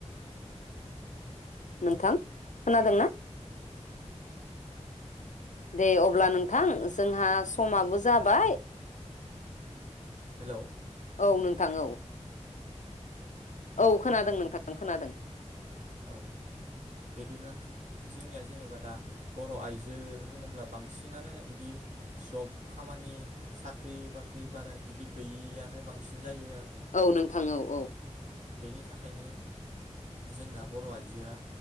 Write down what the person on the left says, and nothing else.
नोंथां खोनादोंना दे अब्ला नोंथां जोंहा समाबो जाबाय।
औ नोंथां औ औ खोनादों नोंथां ओं खोनादों
औ नोंथां औ औ